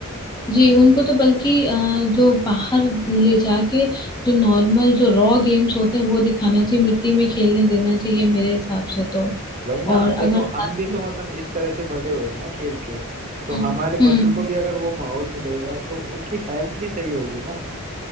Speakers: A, on the left (about 20°); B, on the right (about 35°).
A: जी उनको तो बल्कि अ, जो बाहर ले जाके जो नॉर्मल जो रॉ गेम्स होते हैं वो दिखाना चाहिए मिट्टी में खेलने देना चाहिए मेरे हिसाब से तो
B: वही ना
A: और अगर
B: देखो
A: साथ
B: हम भी
A: में-
B: तो मतलब इस तरह से बड़े हुए हैं ना खेल के तो
A: हम्म
B: हमारे
A: हम्म
B: बच्चों को भी अगर वो माहौल मिलेगा तो उनकी हेल्थ भी सही होगी ना